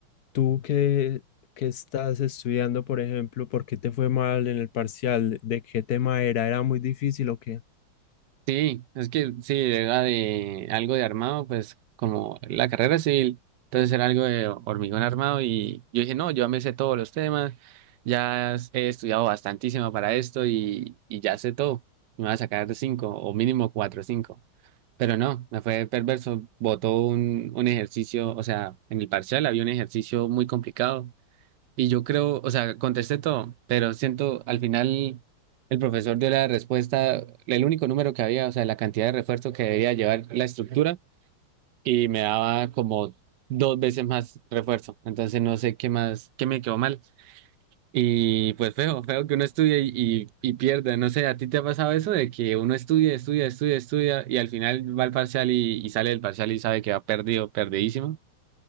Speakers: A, on the left (about 60°); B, on the right (about 60°).
A: tú qué, qué estás estudiando, por ejemplo, por qué te fue mal en el parcial, de qué tema era, era muy difícil o qué.
B: Sí, es que sí, era de algo de armado, pues como la carrera civil, entonces era algo de hormigón armado y yo dije, no, yo ya me sé todos los temas, ya s- he estudiado bastantísimo para esto y, y ya sé todo, me voy a sacar de cinco o mínimo cuatro o cinco, pero no, me fue perverso, botó un, un ejercicio, o sea, en el parcial había un ejercicio muy complicado y yo creo, o sea, contesté todo, pero siento al final el profesor dio la respuesta, el único número que había, o sea, la cantidad de refuerzo que debía llevar la estructura y me daba como dos veces más refuerzo. Entonces no sé qué más, qué me quedó mal. Y pues feo, feo que uno estudie y, y, y pierda. No sé, ¿a ti te ha pasado eso de que uno estudia, estudia, estudia, estudia y al final va al parcial y, y sale del parcial y sabe que va perdido, perdidísimo?